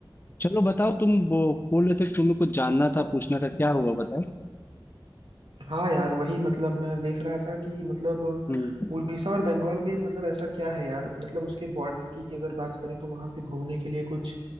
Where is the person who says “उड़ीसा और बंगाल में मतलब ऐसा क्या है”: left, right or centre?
Right